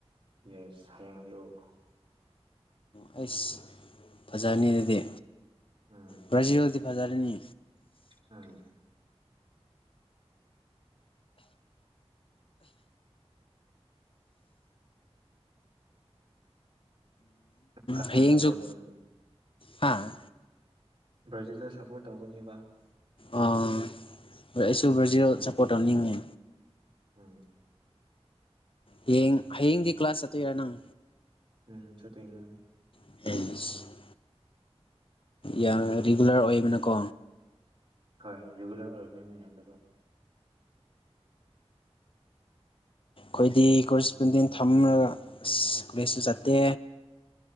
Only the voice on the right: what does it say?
ꯌꯦꯁ ꯍꯌꯦꯡ ꯑꯌꯨꯛ
ꯎꯝ
ꯎꯝ ꯫ ꯀꯅꯥꯗ
ꯁꯞꯄꯣꯔꯠ ꯑꯣꯏ
ꯕꯔ꯭ꯖꯤꯜꯗ ꯁꯞꯄꯣꯔꯠ ꯇꯧꯒꯅꯤꯕ꯫
ꯎꯝ
ꯎꯝ ꯆꯠꯇꯣꯏꯅꯤ ꯫
ꯍꯣꯏ ꯔꯤꯒꯨꯂꯔ ꯑꯣꯏꯕꯅꯤꯅ ꯌꯥꯗꯕ꯫